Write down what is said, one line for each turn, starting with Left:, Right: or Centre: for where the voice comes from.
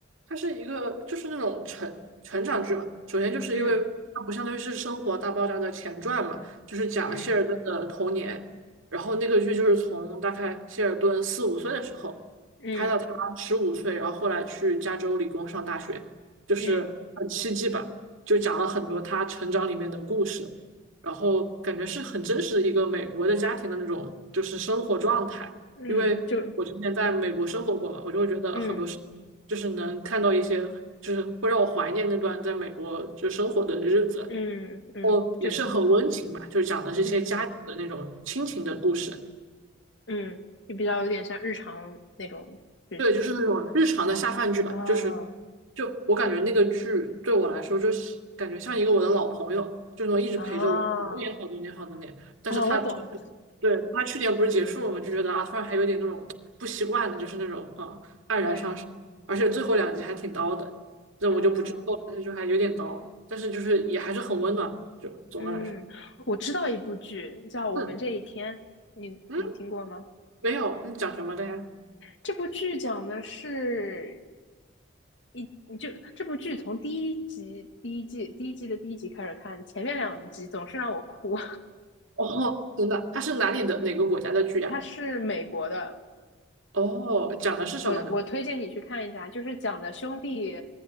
Right: 它是一个就是那种成成长剧嘛。首先就是因为它不相当于是《生活大爆炸》的前传嘛，
Left: 嗯
Right: 就是讲谢尔顿的童年。
Left: 嗯
Right: 然后那个剧就是从大概谢尔顿四五岁的时候拍到他十五岁，
Left: 嗯
Right: 然后后来去加州理工上大学，就是很奇迹吧，
Left: 嗯
Right: 就讲了很多他成长里面的故事。然后感觉是很真实一个美国的家庭的那种就是生活状态，
Left: 嗯，
Right: 因为我之前在美国生活过嘛，
Left: 就
Right: 我就会觉得很多事。
Left: 嗯
Right: 就是能看到一些，就是会让我怀念那段在美国就生活的日子，
Left: 嗯嗯，
Right: 哦，也是很温情吧，
Left: 就
Right: 就是讲的是一些家庭的那种亲情的故事。
Left: 嗯嗯，就比较有点像日常那种。剧情。
Right: 对，就是那种日常的下饭剧吧，
Left: 啊
Right: 就是就我感觉那个剧对我来说，就是感觉像一个我的老朋友，就是那种一直陪着我好多年、
Left: 啊
Right: 好多年、好多年。但是他就是
Left: 啊！我懂，
Right: 对他去年不是结束了嘛，就觉得啊，突然还有点那种不习惯的，就是那种啊黯然伤神，
Left: 对，
Right: 而且最后两集还挺刀的，这我就不剧透了，
Left: 嗯
Right: 但是就还有点刀，但是就是也还是很温暖的，就总的来说，
Left: 嗯，我知道一部剧叫《我们这一天》，
Right: 嗯
Left: 你你听过吗？
Right: 嗯，没有，你讲什么的呀？
Left: 这部剧讲的是一就这部剧从第一集第一季第一季的第一集开始看，前面两集总是让我哭。
Right: <laughs> 哦，真的，它是哪里的哪个国家的剧呀？
Left: <laughs> 它是美国的，
Right: 哦，讲的是什么呢？
Left: 我我推荐你去看一下，就是讲的兄弟